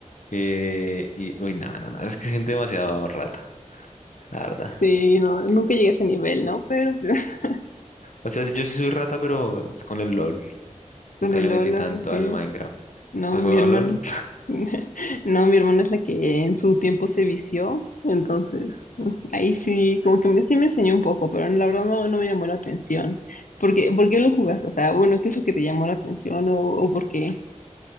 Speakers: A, on the left; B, on the left.
A: Eh, y, uy, nada nada no, es que gente demasiado rata, la verdad.
B: sí, no, nunca llegué a ese nivel, ¿no? Pero, pero <laughs>
A: O sea, yo sí soy rata, pero es con el LOL. Nunca
B: con el
A: le
B: Lola,
A: metí tanto
B: ok.
A: al Minecraft.
B: No,
A: ¿Has
B: mi
A: jugado
B: hermana.
A: al LOL?
B: <laughs> No, mi hermana es la que en su tiempo se vició, entonces <laughs> ahí sí, como que me, sí me enseñó un poco, pero la verdad no, no me llamó la atención. ¿Por qué, por qué lo jugaste? O sea, bueno, ¿qué es lo que te llamó la atención o, o por qué? <laughs>